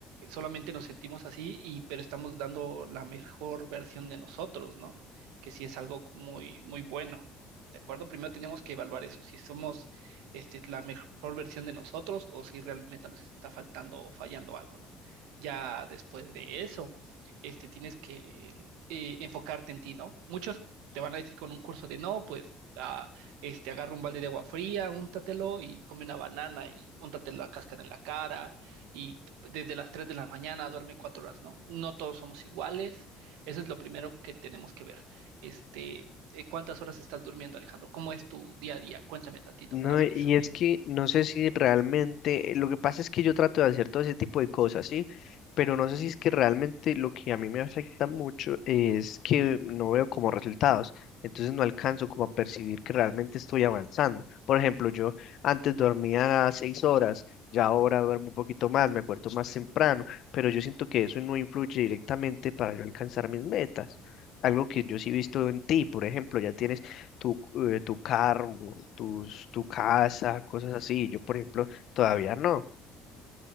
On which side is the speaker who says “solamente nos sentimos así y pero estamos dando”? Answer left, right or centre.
Right